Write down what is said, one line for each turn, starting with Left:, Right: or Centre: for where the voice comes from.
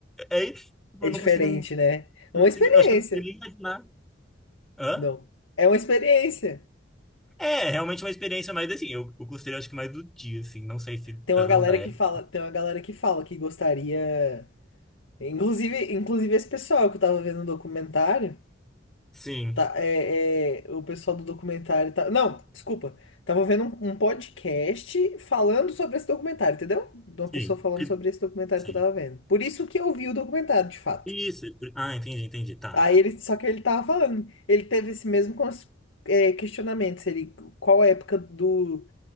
Centre: É, isso, tipo,
Left: É
Centre: eu
Left: diferente,
Centre: não consigo. Eu
Left: né? É
Centre: não
Left: uma
Centre: consigo,
Left: experiência.
Centre: eu acho que eu não consigo nem imaginar. Hã?
Left: Não, é uma experiência.
Centre: É, realmente uma experiência mais assim. Eu, eu gostei, acho que mais do dia, assim. Não sei se
Left: Tem
Centre: tão
Left: uma galera
Centre: da época.
Left: que fala, tem uma galera que fala que gostaria. Inclusive, inclusive esse pessoal que eu tava vendo no documentário,
Centre: Sim,
Left: tá, é, é, o pessoal do documentário tá, não, desculpa, tava vendo um, um podcast falando sobre esse documentário, entendeu? De uma
Centre: sim,
Left: pessoa falando
Centre: que-
Left: sobre esse documentário
Centre: sim.
Left: que eu tava vendo. Por isso que eu vi o documentário, de fato.
Centre: Isso. Ah, entendi, entendi. Tá.
Left: Aí ele, só que ele tava falando, ele teve esse mesmo cons- é, questionamento, se ele, qual época do,